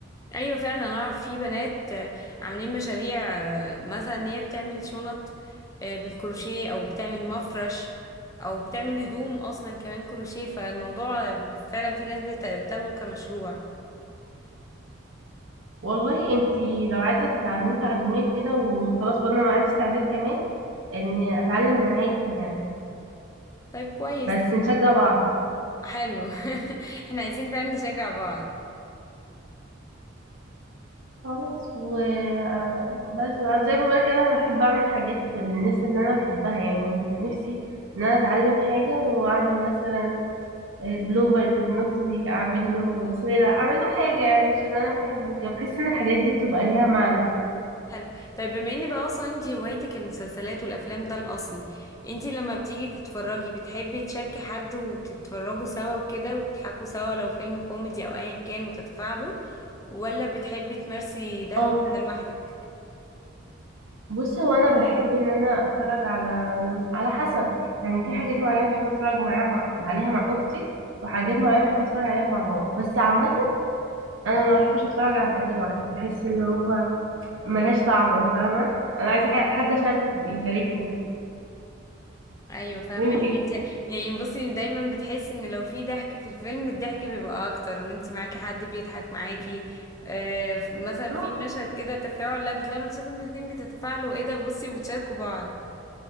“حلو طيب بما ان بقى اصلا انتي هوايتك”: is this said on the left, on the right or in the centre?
Left